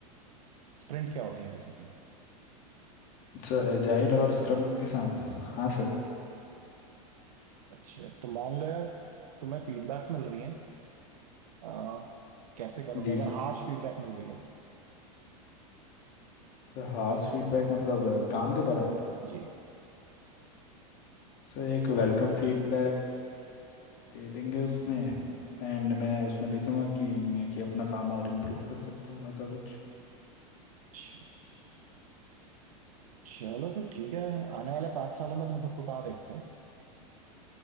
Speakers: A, on the right; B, on the left.
A: स्प्रिंट क्या होती है बेसिकली
B: सर एजाइल और स्क्रम के साथ हाँ सर
A: अच्छा तो मान लो यार तुम्हें फीडबैक्स मिल रही हैं आ, कैसे करोगे
B: जी
A: अगर
B: सर
A: हार्श फीडबैक मिल रही है तो
B: सर हार्स फीडबैक मतलब अ, काम के दौरान
A: जी
B: सर एक वेलकम फीडबैक दे देंगे उसमें एंड मैं उसमें लिख दूंगा कि मैं कि अपना काम और इम्प्रूव कर सकता हूँ ऐसा कुछ
A: च- चलो फिर ठीक है आने वाले पाँच सालों में तुम खुद को कहाँ देखते हो